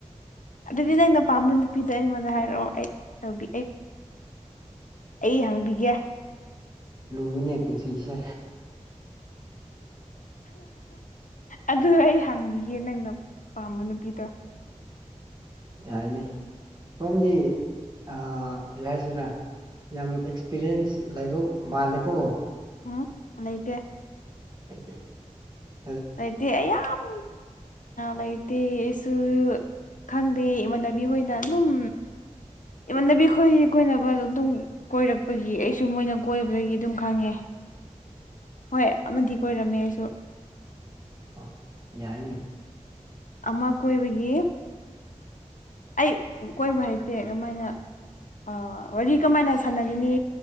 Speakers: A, on the left; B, on the right.
A: ꯑꯗꯨꯗꯤ ꯅꯪꯅ ꯄꯥꯝꯕ ꯅꯨꯄꯤꯗꯣ ꯑꯩꯉꯣꯟꯗ ꯍꯥꯏꯔꯛꯑꯣ ꯑꯩ ꯇꯧꯕꯤ ꯑꯩ ꯑꯩ ꯍꯪꯕꯤꯒꯦ
B: ꯂꯨꯋꯤꯅꯦ ꯄꯨꯟꯁꯤꯁꯦ
A: ꯑꯗꯨ ꯑꯩ ꯍꯥꯡꯕꯤꯒꯦ ꯅꯪꯅ ꯄꯥꯝꯕ ꯅꯨꯄꯤꯗꯣ
B: ꯌꯥꯅꯦ ꯁꯣꯝꯗꯤ ꯑ ꯀꯔꯤ ꯍꯥꯏꯁꯤꯔꯥ ꯌꯥꯝ ꯑꯦꯛꯁ ꯑꯦꯛꯁꯄꯤꯔꯦꯟꯁ ꯂꯩꯥꯕ ꯃꯥꯜꯂꯤꯀꯣ
A: ꯎꯝ ꯂꯩꯇꯦ
B: <inaudible>
A: ꯂꯩꯇꯦ ꯑꯩ ꯌꯥꯝ ꯂꯩꯇꯦ ꯑꯩꯁꯨ ꯈꯪꯗꯦ ꯏꯃꯥꯟꯅꯕꯤ ꯍꯣꯏꯅ ꯑꯗꯨꯝ ꯏꯃꯥꯟꯅꯕꯤ ꯑꯩꯈꯣꯏ ꯀꯣꯏꯅꯕ ꯑꯗꯨꯝ ꯀꯣꯏꯔꯛꯄꯒꯤ ꯑꯩꯁꯨ ꯃꯣꯏꯅ ꯀꯣꯏꯕꯗꯒꯤ ꯑꯗꯨꯝ ꯈꯪꯉꯦ ꯍꯣꯏ ꯑꯃꯗꯤ ꯀꯣꯏꯔꯝꯃꯦ ꯑꯩꯁꯨ
B: ꯑꯣ ꯌꯥꯏꯅꯦ
A: ꯑꯃ ꯀꯣꯏꯕꯒꯤ ꯑꯩ ꯀꯣꯏꯕ ꯍꯩꯇꯦ ꯀꯃꯥꯏꯅ ꯑ ꯋꯥꯔꯤ ꯀꯃꯥꯏꯅ ꯁꯥꯟꯅꯒꯤꯅꯤ